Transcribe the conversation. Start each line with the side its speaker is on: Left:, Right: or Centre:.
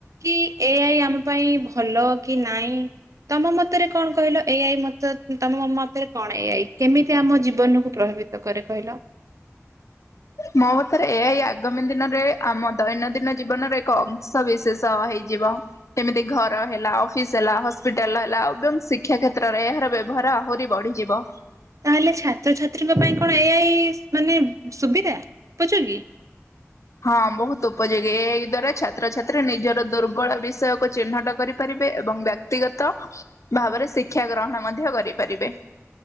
Right: କି ଏ ଆଇ ଆମ ପାଇଁ ଭଲ କି ନହିଁ ତମ ମତରେ କଣ କହିଲ ଏ ଆଇ ମତ ତମ ମ ମତରେ କଣ ଏ ଆଇ? କେମିତି ଆମ ଜୀବନକୁ ପ୍ରଭାବିତ କରେ କହିଲ?
Left: ମୋ ମତରେ ଏଆଇ ଆଗାମୀ ଦିନରେ ଆମ ଦୈନନ୍ଦିନ ଜୀବନର ଏକ ଅଂଶ ବିିଶେଷ ହେଇଯିବ ଯେମିତି ଘର ହେଲା ଅଫିସ ହେଲା ହସ୍ପିଟାଲ ହେଲା ଏବଂ ଶିକ୍ଷା କ୍ଷେତ୍ରରେ ଏହାର ବ୍ୟବହାର ଆହୁରି ବଢିଯିବ।
Right: ତାହେଲେ ଛାତ୍ରଛାତ୍ରୀଙ୍କ ପାଇଁ କଣ ଏଆଇ ମାନେ ସୁବିଧା ଉପଯୋଗୀ?
Left: ହଁ ବହୁତ ଉପଯୋଗୀ ଏଆଇ ଦ୍ଵାରା ଛାତ୍ରଛାତ୍ରୀ ନିଜର ଦୁର୍ବଳ ବିଷୟକୁ ଚିହ୍ନଟ କରିପାରିବେ ଏବଂ ବ୍ୟକ୍ତିଗତ ଭାବରେ ଶିକ୍ଷା ଗ୍ରହଣ ମଧ୍ୟ କରିପାରିବେ।